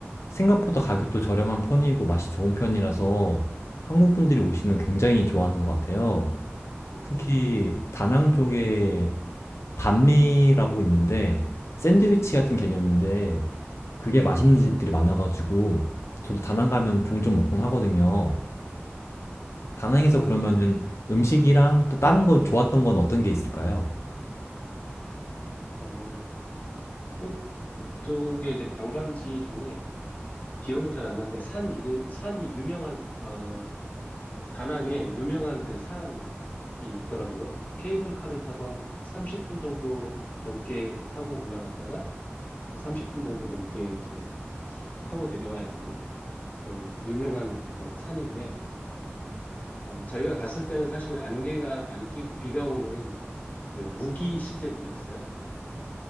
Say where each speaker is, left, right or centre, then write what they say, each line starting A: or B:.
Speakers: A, on the left; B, on the left.
A: 생각보다 가격도 저렴한 편이고 맛이 좋은 편이라서 한국 분들이 오시면 굉장히 좋아하는 것 같아요.
B: 네.
A: 특히 다낭 쪽에 반미라고 있는데 샌드위치 같은 개념인데 그게 맛있는 집들이 많아가지고 저도 다낭 가면 종종 먹곤 하거든요. 다낭에서
B: 아,
A: 그러면은 음식이랑 또 다른 거 좋았던 건 어떤 게 있을까요?
B: 어, 호- 그쪽에 이제 관광지 중에 기억은 잘 안 나는데 산 이름 산이 유명한 어, 다낭에 유명한 그 산이 있더라고요. 케이블카를 타고 한 30분 정도 넘게 타고 올라갔다가 또 30분 정도 넘게 이제 타고 내려와야 되는 그런 유명한 어, 산인데 어, 저희가 갔을 때는 사실 안개가 많이 끼고 비가 오는 그 우기 시즌이었어요.